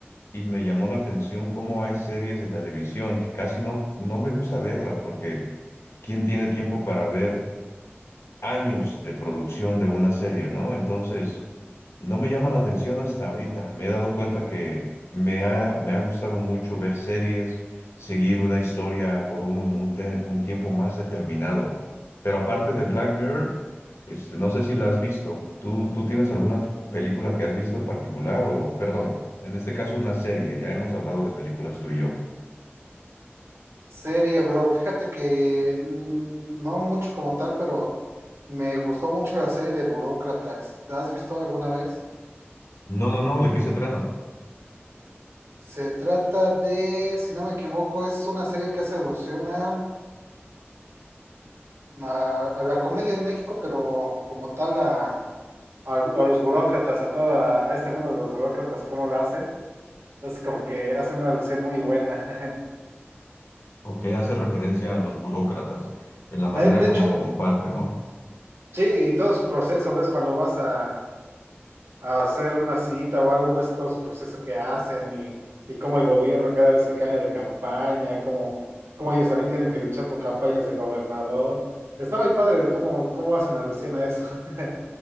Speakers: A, on the left; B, on the right.
A: y me llamó la atención cómo hay series de televisión que casi no, no me gusta verlas porque ¿quién tiene tiempo para ver? años de producción de una serie, ¿no? Entonces, no me llama la atención hasta ahorita. Me he dado cuenta que me ha, me ha gustado mucho ver series, seguir una historia por un, un te- un tiempo más determinado. Pero aparte de Black Mirror, este, no sé si la has visto. ¿Tú, tú tienes alguna película que has visto en particular o, perdón, en este caso una serie? Ya hemos hablado de películas tú y yo.
B: Serie, bro, fíjate que mm, no mucho como tal, pero me gustó mucho la serie de Burócratas. ¿La has visto alguna vez?
A: No, no, no, ¿de qué se trata?
B: Se trata de, si no me equivoco, es una serie que hace alusión a, a, a la comedia en México, pero como tal a a, a los burócratas, a toda, a este mundo de los burócratas, cómo lo hace. Entonces, como que hace una alusión muy buena. <laughs>
A: ¿O qué hace referencia a los burócratas en la manera
B: De, de
A: como
B: hecho,
A: se comparte, ¿no?
B: sí, y todo su proceso, ves, cuando vas a, a hacer una cita o algo, ves todo su proceso que hacen y, y cómo el gobierno cada vez que cambia de campaña, cómo, cómo ellos también tienen que luchar por campañas de gobernador. Está muy padre de cómo, cómo hacen alusión a eso. <laughs>